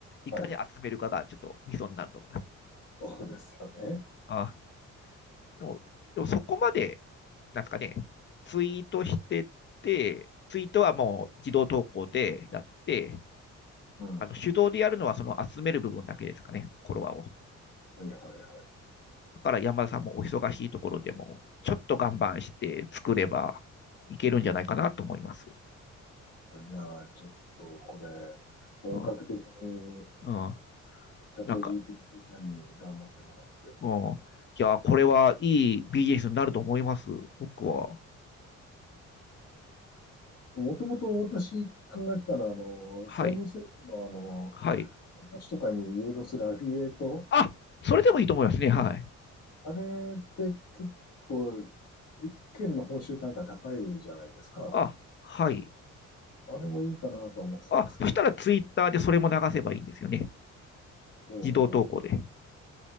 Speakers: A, on the left; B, on the left.
A: いかに集めるかが、
B: はい。
A: ちょっとミソになると思います。
B: そうですよね。
A: あ、でもでもそこまで、なんですかね、ツイートしてて、ツイートはもう自動投稿でやって、
B: うん。
A: あの手動でやるのはその集める部分だけですかね、
B: は
A: フォロワーを。
B: いはいはいはい。
A: だから山田さんもお忙しいところでも、ちょっと頑張して作ればいけるんじゃないかなと思います。
B: じゃあ、ちょっとこれ、本格的に
A: うん。うん。
B: チャット
A: なんか、
B: GPT さんに頑張ってもらって、
A: うん。いや、これはいいビージネスになると思います。僕は。
B: もともと私考えてたのは、あの、
A: はい。
B: 債務整理の、あの、
A: はい。
B: 投資とかに誘導するアフィリエイト、
A: あ、それでもいいと思いますね。はい。
B: あれって結構、一件の報酬単価高いじゃないですか。
A: あ、はい。
B: あれもいいかなと思ってたんですけど。
A: あ、そしたらツイッターでそれも流せばいいんですよね。
B: おう
A: 自動投稿で。